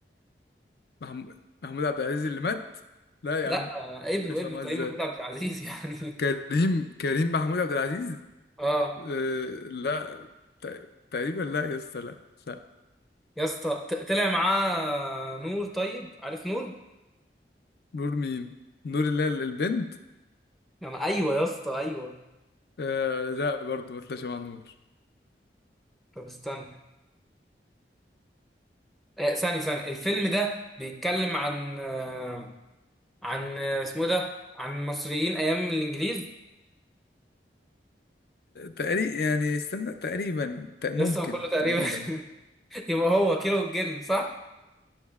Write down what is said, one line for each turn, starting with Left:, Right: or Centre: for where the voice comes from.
Left: محمود محمود عبد العزيز اللي مات لا
Centre: لا
Left: يا عم
Centre: آه ابنه
Left: يطلع
Centre: ابنه
Left: معاه
Centre: كريم
Left: ازاي
Centre: محمود عبد العزيز <laughs> يعني
Left: كريم كريم محمود عبد العزيز
Centre: اه
Left: آه لا ت- تقريبا لا يا اسطى لا لا
Centre: يا اسطى ط- طلع معاه نور طيب عارف نور
Left: نور مين نور اللي هي البنت
Centre: يعني ايوه يا اسطى ايوه
Left: آه لا برضه ما طلعش مع نور
Centre: طب استنى آه ثاني ثاني الفيلم ده بيتكلم عن آه، عن اسمه ده عن المصريين ايام الانجليز
Left: تقريبا يعني استنى تقريبا ت- ممكن
Centre: يس هو كله تقريبا
Left: تقريبا
Centre: <laughs>
Left: يعني
Centre: يبقى هو كيلو الجن صح